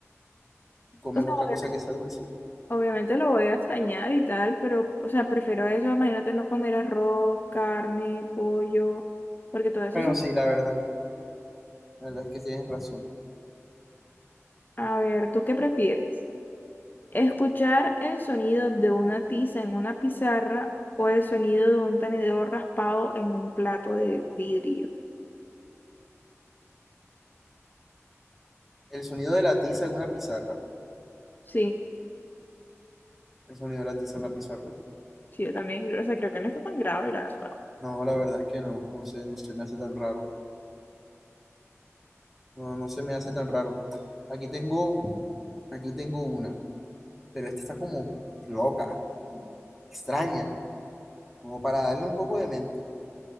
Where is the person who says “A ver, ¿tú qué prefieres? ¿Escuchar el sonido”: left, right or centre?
Left